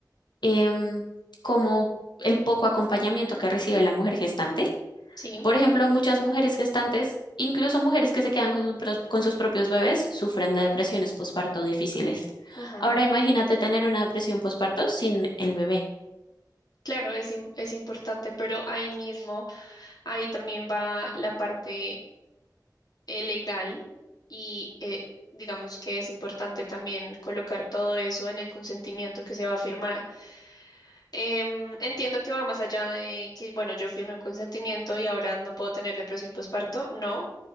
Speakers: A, on the left; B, on the left.
A: em, como el poco acompañamiento que recibe la mujer gestante.
B: Sí,
A: Por ejemplo, muchas mujeres gestantes, incluso mujeres que se quedan con, su pros- con sus propios bebés, sufren de depresiones posparto difíciles.
B: ujú.
A: Ahora imagínate tener una depresión posparto sin el bebé.
B: Claro, es, im- es importante, pero ahí mismo, ahí también va la parte eh, legal y eh, digamos que es importante también colocar todo eso en el consentimiento que se va a firmar. Em, entiendo que va más allá de que, bueno, yo firme un consentimiento y ahora no puedo tener depresión postparto, no,